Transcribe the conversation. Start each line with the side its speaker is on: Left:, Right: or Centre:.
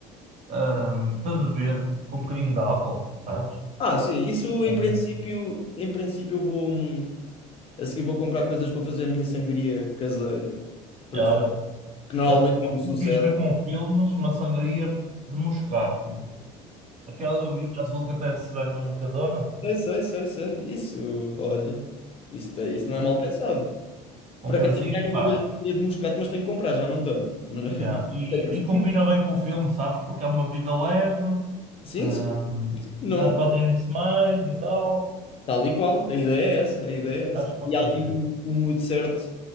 Right: ahm, para beber, com um bocadinho de álcool, sabes?
Left: Ah, sim, isso em
Right: Um,
Left: princípio, em princípio eu vou, hum, a seguir vou comprar coisas para fazer a minha sangria caseira, para
Right: já,
Left: desfazer,
Right: olha.
Left: que normalmente
Right: Ah,
Left: é um sucesso.
Right: Fiz ver com filmes uma sangria de moscato. meu. Aquela bebida azul que até se vende no Mercadona.
Left: Sei, sei, sei, sei. Isso, olha, isso, te- isso não
Right: Um
Left: é mal pensado.
Right: um
Left: Por
Right: prazer,
Left: acaso eu tenho
Right: pá.
Left: uma garrafinha de moscato, mas tenho que comprar, já não tenho. Mas-
Right: Yeah. E,
Left: <laughs>
Right: e- e combina bem com o filme, sabes? Porque é uma vida leve,
Left: Sim,
Right: ah,
Left: sim, não,
Right: dá para rir-se mais e tal.
Left: tal e qual. A ideia é essa, a ideia é essa.
Right: Acho que pode
Left: E
Right: ser
Left: há
Right: giro.
Left: ali o, o mood certo